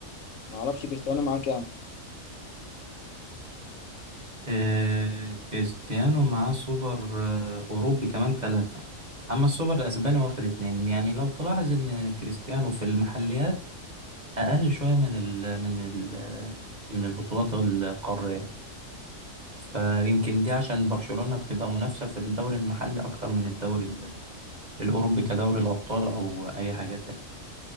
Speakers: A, on the left; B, on the right.
A: معرفش كريستيانو معاه كام
B: إيه، كريستيانو معاه سوبر آه، أوروبي كمان تلاتة أما السوبر الأسباني واخد اتنين يعني لو تلاحظ إن كريستيانو في المحليات أقل شوية من ال من ال من البطولات القارية فيمكن دي عشان برشلونة بتبقى منافسة في الدوري المحلي أكتر من الدوري ال- الأوروبي كدوري الأبطال أو أي حاجة تاني